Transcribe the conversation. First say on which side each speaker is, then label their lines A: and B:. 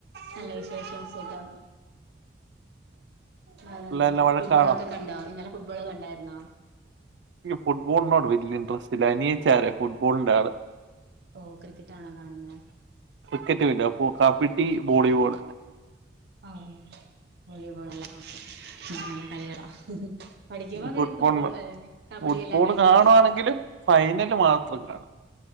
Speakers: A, on the right (about 60°); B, on the right (about 75°).
A: നല്ല വിശേഷം സുഖം വേറെന്താ
B: പിള്ളേരെല്ലാം വഴക്കാണോ
A: ഫുട്ബോളൊക്കെ കണ്ടോ ഇന്നലെ ഫുട്ബോൾ കണ്ടായിരുന്നോ
B: എനിക്ക് ഫുട്ബോളിനോട് വലിയ ഇൻട്രസ്റ്റ് ഇല്ല അനിയച്ചാരെ ഫുട്ബോളിന്റെ ആള്
A: ഓഹ് ക്രിക്കറ്റാണോ കാണുന്നെ
B: ക്രിക്കറ്റ് ഇല്ല ബൊ കബഡി വോളിബോൾ
A: ആ വോളിബോളല്ല ഓ <unintelligible> നല്ല കളികളാ. പഠിക്കുമ്പോ
B: ഫുട്ബോളിന്
A: ഫുട്ബോൾ കബഡി
B: ഫുട്ബോൾ
A: എല്ലാം കളിക്കായിരുന്നു
B: കാണുവാണെങ്കിലും ഫൈനല് മാത്രം കാണും